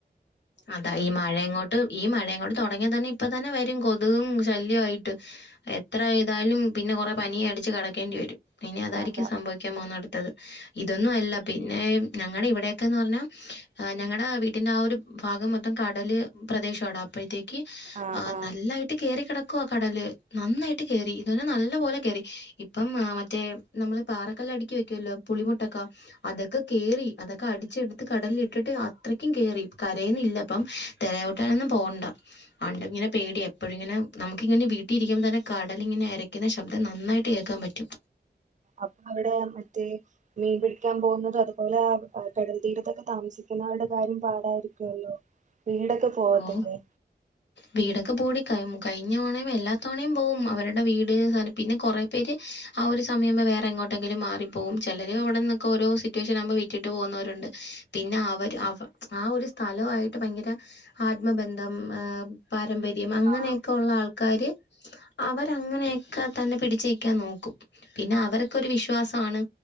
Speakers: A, on the left; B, on the right.
A: അതാ ഈ മഴയ അങ്ങോട്ട് ഈ മഴ അങ്ങോട്ട് തുടങ്ങിയ തന്നെ ഇപ്പ തന്നെ വരും കൊതുകും ശല്യയിട്ട് എത്ര തായാലും പിന്നെ കൊറെ പനിയ അടിച്ച് കെടക്കേണ്ടി വരും ഇനി അതായിരിക്കും
B: അതാ
A: സംഭവിക്കാൻ പോന്ന അടുത്തത് ഇതൊന്നും അല്ല പിന്നെ ഞങ്ങളുടെ ഇവിടെക്കെന്ന് പറഞ്ഞാ അ ഞങ്ങടെ വീട്ടിന്റെ ആ ഒരു ഭാഗം മൊത്തം കടല് പ്രദേശവട അപ്പോഴത്തേക്ക്
B: ആഹ്
A: അ
B: ആഹ്
A: നല്ലായിട്ട് കേറി കിടക് ക്ക കടല് നന്നായിട്ട് കേറി ഇതുന്നെ നല്ലപോലെ കേറി ഇപ്പം മറ്റേ നമ്മള് പാറക്കല്ല അടിക്കി വയ്ക്കുവല്ലോ പുളിമുട്ടക്ക അതൊക്കെ കേറി അതൊക്കെ അടിച്ചെടുത്ത് കടല ഇട്ടിട്ട് അത്രക്കും കേറി കരയന്ന ഇല്ലപ്പം തിരയോട്ടാനൊന്നും പോകണ്ട ഒണ്ട് ഇങ്ങനെ പേടിയ എപ്പോഴും ഇങ്ങനെ നമുക്കിങ്ങനെ വീട്ടി ഇരിക്കുമ്പ തന്നെ കടലിങ്ങനെ എരക്കുന്ന ശബ്ദം നന്നായിട്ട് കേക്കാൻ പറ്റും
B: അപ്പൊ അവിടെ മറ്റേ മീൻ പിടിക്കാൻ പോകുന്നത അതുപോലെ കടൽ തീരത്തൊക്കെ താമസിക്കുന്ന അരുടെ കാര്യം പാടായിരിക്കുവല്ലോ വീടൊക്കെ പോവത്തില്ലെ
A: ഓഹ് വീടൊക്കെ പൂട്ടി കഴിം കഴിഞ്ഞവണം എല്ലാത്തവണയും പോവും അവരുടെ വീട് പിന്നെ കൊറെ പേര് ആ ഒരു സമയമ്പോ വേറെ എങ്ങോട്ടെങ്കിലും മാറി പോവും ചിലര് അവിടെന്നൊക്കെ ഓരോ സിറ്റുവേഷൻ ആകുമ്പോൾ വിറ്റിട്ട് പോകുന്നവരുണ്ട് പിന്നെ അവര് അവ് ആ ഒരു സ്ഥലമായിട്ട് ഭയങ്കര ആത്മബന്ധം ഏ പാരമ്പര്യ <unintelligible> അങ്ങനെയൊക്കെ
B: ആഹ്
A: ഉള്ള ആൾക്കാാര് അവരങ്ങനെയൊക്കെ തന്നെ പിടിച്ചിക്കാൻ നോക്കും പിന്നെ അവർക്ക്‌ ഒരു വിശ്വാസമാണ്